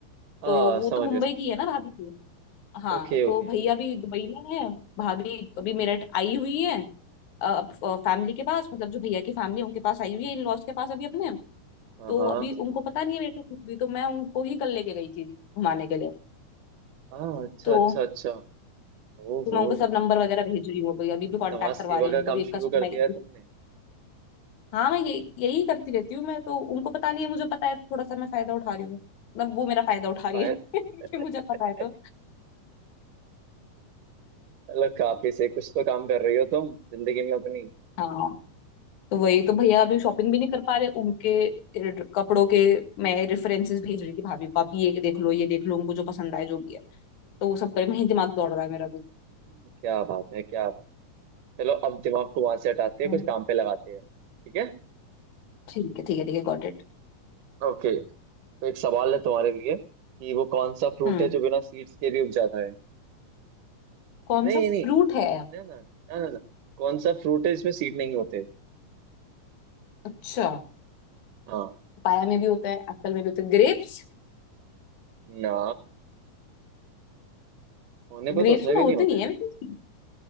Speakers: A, on the right; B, on the left.
A: हाँ
B: तो वो
A: समझ
B: तो मुंबई
A: गया समझ
B: की है
A: गया
B: ना भाभी की हाँ
A: Okay
B: तो
A: okay
B: भैया भी दुबई में है भाभी अभी मेरठ आई हुई है फैमिली के पास मतलब जो भैया की फैमिली उनके पास आई हुई है इन लॉज के पास अभी अपने
A: हाँ
B: तो
A: हाँ
B: अभी उनको पता नहीं है मेरे को कुछ भी तो मैं उनको ही कल लेके गई थी घुमाने के लिए
A: हाँ अच्छा
B: तो
A: अच्छा अच्छा ओहो
B: मैं उनको सब नंबर वगैरह भेज रही हूँ अभी अभी भी कांटेक्ट
A: समाज
B: करवा
A: सेवा
B: रही हूँ
A: का
B: कभी
A: काम शुरू
B: कस्टमाइज
A: कर दिया है तुमने
B: हाँ मैं यही यही करती रहती हूँ मैं तो उनको पता नहीं है मुझे पता है तो थोड़ा सा मैं फायदा उठा रही हूँ मतलब वो मेरा फायदा उठा रही
A: फाय-
B: है <laughs> कि मुझे
A: <laughs>
B: पता है तो
A: मतलब काफी से कुछ तो काम कर रही हो तुम जिंदगी में अपनी
B: हाँ तो वही तो भैया अभी शॉपिंग भी नहीं कर पा रहे उनके कपड़ों के मैं रेफरेंसेस भेज रही थी भाभी को आप ये देख लो ये देख लो उनको जो पसंद आए जो भी है तो वो सब करे वही दिमाग दौड़ रहा है मेरा भी
A: क्या बात है क्या चलो अब दिमाग को वहां से हटाते हैं
B: हाँ
A: कुछ काम पे लगाते हैं ठीक है
B: ठीक है ठीक है ठीक है गॉट इट
A: ओके तो एक सवाल है तुम्हारे लिए कि वो कौन सा फ्रूट
B: हम्म
A: है जो बिना सीड्स के भी उग जाता है
B: कौन
A: नहीं
B: सा फ्रूट
A: नहीं नहीं
B: है
A: ना ना ना ना ना कौन सा फ्रूट है जिसमें सीड नहीं होते
B: अच्छा
A: हाँ
B: पाया में भी होता है एप्पल में भी होता है ग्रेप्स
A: ना होने को
B: ग्रेप्स
A: तो उसमें
B: में
A: भी
B: होते
A: नहीं होते
B: नहीं है वैसे।